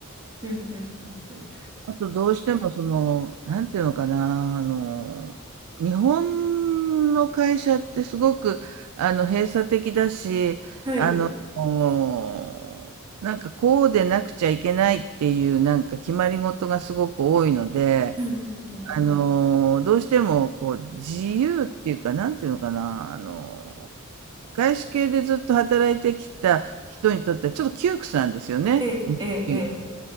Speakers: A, on the right (about 20°); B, on the right (about 85°).
A: うん、うん、うん、うん。
B: あとどうしてもその、なんていうのかな、あの、日本の会社ってすごく、あの、閉鎖的だし、
A: はい。
B: あの、おなんかこうでなくちゃいけないっていうなんか決まり事がすごく多いので、
A: うん、うん、うん。
B: あのーどうしてもこう自由っていうか、なんていうのかな、あのー外資系でずっと働いてきた人にとってはちょっと窮屈なんですよね。
A: ええ、
B: 日給
A: ええ、え